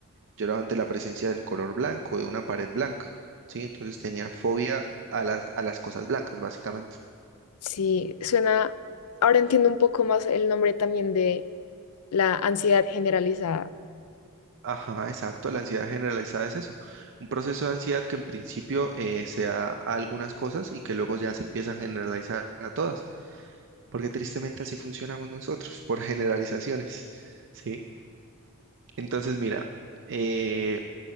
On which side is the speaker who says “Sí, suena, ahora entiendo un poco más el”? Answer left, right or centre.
Left